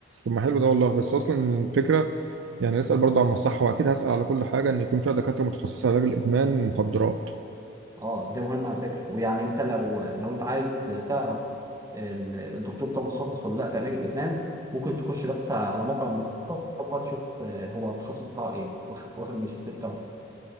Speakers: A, on the right; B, on the right.
A: طب ما حلو ده والله بس اصلا الفكره يعني نسأل برضه عن الصحة وأكيد هسأل على كل حاجة إن يكون فيها دكاترة متخصصة علاج الإدمان مخدرات
B: اه ده مهم على فكره ويعني انت لو لو انت عايز تعرف ال- الدكتور ده متخصص ولا لا في علاج الادمان ممكن تخش بس على موقع النقابه تشوف آه، هو التخصص بتاعه ايه واخ- واخد الماجستير بتاعه في إيه.